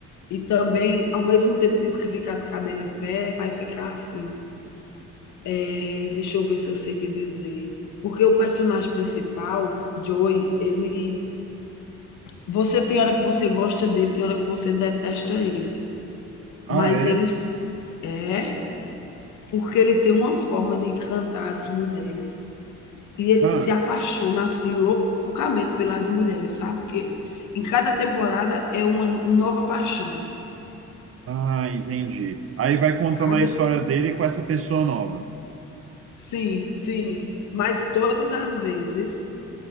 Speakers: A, on the left; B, on the right.
A: E também, ao mesmo tempo de ficar de cabelo em pé, vai ficar assim, É, deixa eu ver se eu sei te dizer. Porque o personagem principal, Joey, ele. Você tem hora que você gosta dele, tem hora que você detesta ele.
B: Ah,
A: Mas
B: é?
A: ele f- é porque ele tem uma forma de encantar as mulheres. E ele
B: Ah,
A: se apaixona assim loucamente pelas mulheres, sabe? Porque em cada temporada é uma, uma nova paixão.
B: ah, entendi. Aí vai contando
A: Cada.
B: a história dele com essa pessoa nova.
A: Sim, sim. Mas todas as vezes,